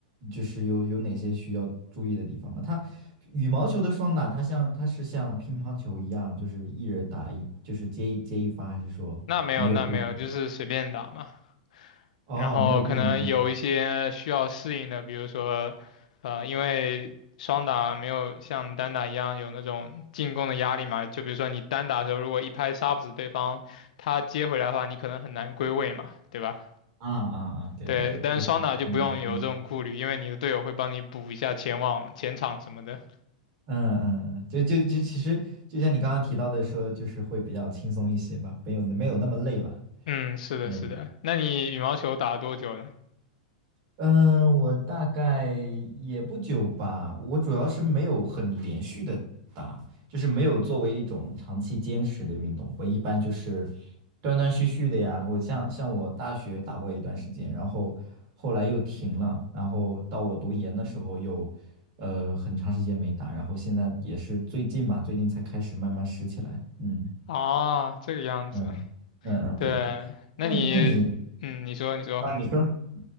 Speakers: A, on the right; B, on the left.
A: 就是有有哪些需要注意的地方吗？它羽毛球的双打，它像它是像乒乓球一样，就是一人打一，就是接一接一发，还是说没有固定？
B: 那没有，那没有，就是随便打嘛。
A: 哦，
B: 然后可能有一些需要适应的，
A: 没有固定的规则。
B: 比如说，呃，因为双打没有像单打一样有那种进攻的压力嘛，就比如说你单打的时候，如果一拍杀不死对方，他接回来的话，你可能很难归位嘛，对吧？
A: 啊啊啊！对对对，
B: 对，但是双打就不用有这种顾虑，
A: 就是嗯嗯
B: 因为你的队友会帮你补一下前网、前场什么的。
A: 嗯嗯嗯，就就就其实就像你刚刚提到的说，就是会比较轻松一些吧，没有没有那么累了。
B: 嗯，是的，
A: 嗯。
B: 是的。那你羽毛球打了多久呢？
A: 嗯，我大概也不久吧。我主要是没有很连续的打，就是没有作为一种长期坚持的运动。我一般就是断断续续的呀。我像像我大学打过一段时间，然后后来又停了，然后到我读研的时候又呃很长时间没打，然后现在也是最近吧，最近才开始慢慢拾起来。嗯
B: 啊，这个样子。
A: 嗯嗯嗯，
B: 对，
A: 对对对。
B: 那你，
A: 那那你
B: 嗯，你说，你说。
A: 啊，你说